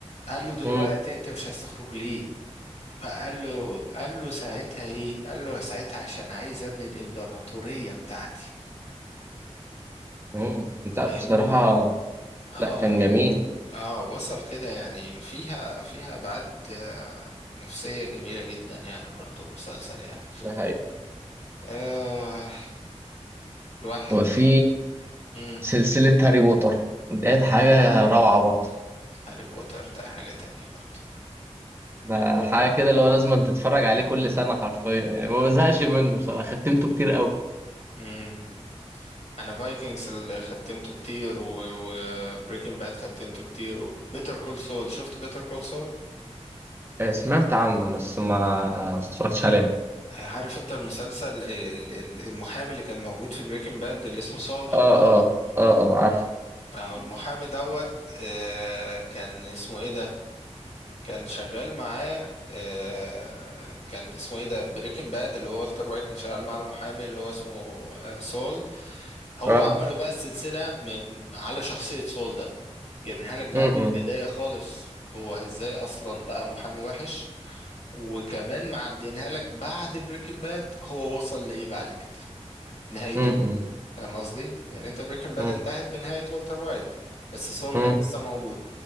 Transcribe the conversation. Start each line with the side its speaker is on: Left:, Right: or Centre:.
Left: قال له دلوقتي
Right: مم.
Left: انت مش عايز تخرج ليه فقال له قال له ساعتها ايه قال له ساعتها عشان عايز ابني الامبراطورية بتاعتي
Right: مم. لا
Left: فاهمني
Right: بصراحة
Left: اه
Right: لا كان
Left: يعني.
Right: جميل
Left: اه وصل كده يعني فيها فيها ابعاد آه، نفسية جميلة جدا يعني برضو المسلسل يعني
Right: ده حقيقة
Left: آه الواحد
Right: وفي
Left: امم
Right: سلسلة هاري بوتر ديت حاجة
Left: اه
Right: روعة برضه
Left: هاري بوتر ده حاجة تانية برضو
Right: ده
Left: هاري بوتر
Right: حاجة كده اللي هو لازم تتفرج عليه كل سنة حرفيا يعني ما بزهقش منه بصراحة ختمته كتير قوي
Left: امم انا فايكنجز اللي ختمته كتير وبريكنج باد ختمته كتير وبيتر كول سول شفت بيتر كول سول
Right: آه، سمعت عنه بس ما ما اتفرجتش عليه
Left: عارف انت المسلسل ال- ال- المحامي اللي كان موجود في بريكنج باد اللي اسمه سول
Right: اه اه اه اه عارف
Left: او المحامي دوت آه، كان اسمه ايه ده كان شغال معاه آه، كان اسمه ايه ده بريكنج باد اللي هو والتر وايت كان شغال مع المحامي اللي هو اسمه آه، سول هو
Right: اه
Left: عمله بقى السلسلة م- على شخصية سول ده جايبينها لك بقى
Right: م-م.
Left: من البداية خالص هو ازاي اصلا بقى محامي وحش وكمان معدينها لك بعد بريكنج باد هو وصل لإيه بعد كده نهايته
Right: م-م.
Left: إيه؟ فاهم قصدي؟ يعني انت بريكنج باد
Right: م-م.
Left: انتهت بنهاية والتر وايت بس سول
Right: م.
Left: كان لسه موجود